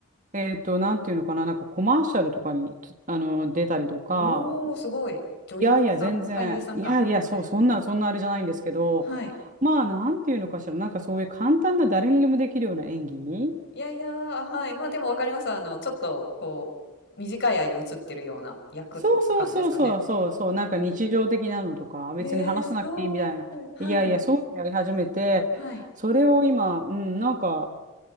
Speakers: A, on the right (about 35°); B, on the left (about 50°).
A: えっと、なんていうのかな、なんかコマーシャルとかに、あの、出たりとか、
B: おー、すごい。女優さん俳優さんか。
A: いやいや、全然、いやいや、
B: 今、
A: そう、
B: 俳優さんね。
A: そんな、そんなあれじゃないんですけど、
B: はい。
A: まあ、なんていうのかしら、なんかそういう簡単な誰にでもできるような演技。
B: いやいや、はい。まあでもわかります。あの、ちょっと、こう、短い間映ってるような役って感じですかね。
A: そうそうそうそうそうそう、
B: うん
A: なんか日常的なのとか、別に話さなくていいみたいな。
B: うん。えー、すごーい。はい。
A: いやいや、そういうのやり始めて、
B: はい。
A: それを今、うん、なんか、